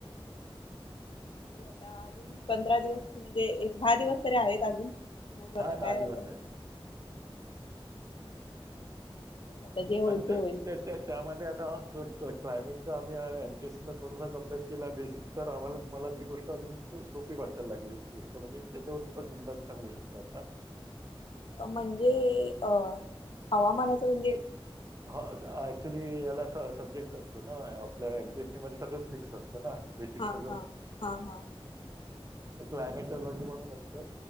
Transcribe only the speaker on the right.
हां,
दिवस आहे.
आणि
त्यामध्ये आता कट कट क्लायमेटचा आम्ही एमपीएसी ला थोडासा अभ्यास केला आहे बेसिक तर आमला मलाी गोष्ट अज सोपी वाटयला लागलेली गोष्ट म्हणजे मी त्याच्यावरून पण अंदाज सांगू शकतो आता.
ह ऍक्च्युली याला अस सब्जेक्ट असतो ना आपल्या एमपी एस सी मध्ये सगळंच मिक्स असत. ना बेसिक
सगळं
तर क्लायमेटलॉजी म्हणून असत.